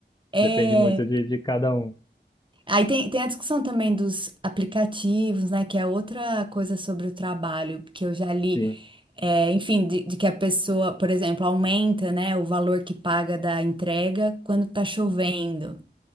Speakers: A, on the right; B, on the left.
A: É,
B: Depende muito de, de cada um.
A: aí tem, tem a discussão também dos aplicativos, né? Que é outra coisa sobre o trabalho, que eu já li,
B: Sim.
A: é, enfim, de, de que a pessoa, por exemplo, aumenta, né, o valor que paga da entrega quando tá chovendo.